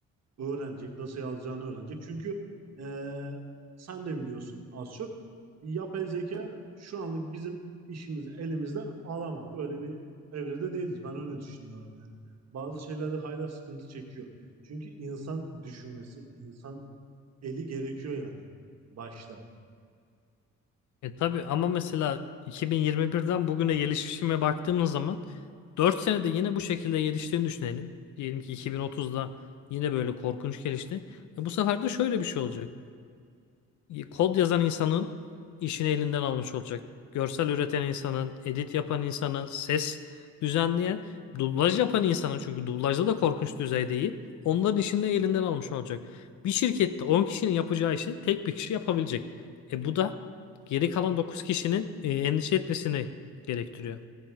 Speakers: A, on the right; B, on the left.
A: öğrenecek, nasıl yazacağını öğrenecek. Çünkü e, sen de biliyorsun az çok. Yapay zeka şu anlık bizim işimizi elimizden alamaz. Öyle bir evrede değiliz. Ben öyle düşünüyorum yani. Bazı şeylerde hala sıkıntı çekiyor. Çünkü insan düşünmesi, insan eli gerekiyor yani başta.
B: E tabii ama mesela 2021'den bugüne gelişime baktığımız zaman 4 senede yine bu şekilde geliştiğini düşünelim. Diyelim ki 2030'da yine böyle korkunç gelişti. E bu sefer de şöyle bir şey olacak kod yazan insanın işini elinden almış olacak. Görsel üreten insanın, edit yapan insanın, ses düzenleyen, dublaj yapan insanın çünkü dublajda da korkunç düzeyde iyi. Onların işini de elinden almış olacak. Bir şirkette 10 kişinin yapacağı işi tek bir kişi yapabilecek. E bu da geri kalan 9 kişinin e, endişe etmesini gerektiriyor.